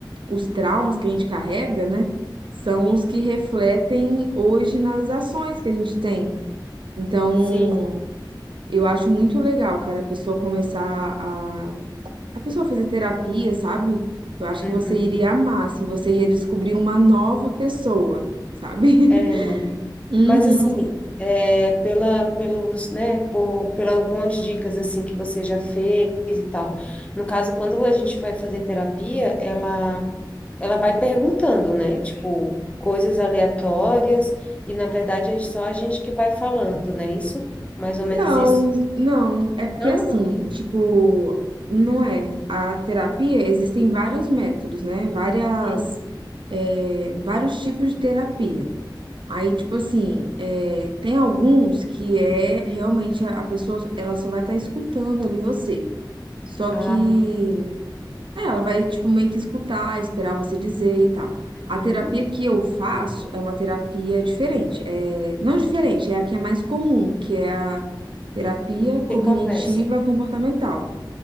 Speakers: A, on the right; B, on the left.
A: os traumas que a gente carrega, né, são os que refletem hoje nas ações que a gente tem. Então,
B: Sim.
A: eu acho muito legal, cara, a pessoa começar a a pessoa fazer terapia, sabe? Eu acho
B: Uhum.
A: que você iria amar, assim, você ia descobrir uma nova pessoa, sabe?
B: É,
A: <laughs>
B: né?
A: Uhum.
B: Mas assim, é, pela, pelos, né, por, por algumas dicas assim que você já fez e tal. No caso, quando a gente vai fazer terapia, ela ela vai perguntando, né? Tipo, coisas aleatórias, e na verdade é só a gente que vai falando, né? Isso? Mais ou menos
A: não,
B: isso?
A: não, é porque
B: Não?
A: assim, tipo, não é. A terapia, existem vários métodos, né? Várias,
B: Uhum.
A: é, vários tipos de terapia. Aí, tipo assim, é, tem alguns que é realmente a a pessoa, ela só vai estar escutando ali você. Só
B: Ah,
A: que É, ela vai, tipo, meio que escutar, esperar você dizer e tal. A
B: uhum.
A: terapia que eu faço é uma terapia diferente. É, não diferente, é a que é mais comum, que é a terapia cognitiva
B: Você conversa.
A: comportamental.